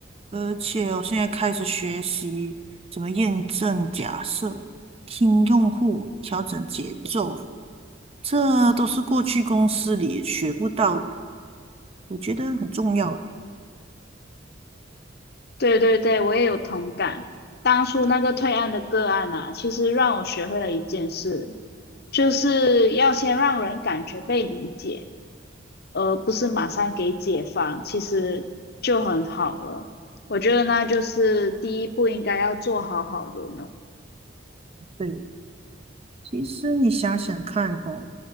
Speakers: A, on the right; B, on the left.
A: 而且我现在开始学习怎么验证假设、听用户、调整节奏，这都是过去公司里学不到的，我觉得很重要诶。
B: 对对对，我也有同感。当初那个退案的个案啊，其实让我学会了一件事，就是要先让人感觉被理解，而不是马上给解放，其实就很好了。我觉得那就是第一步应该要做好好的呢。
A: 对。其实你想想看哦，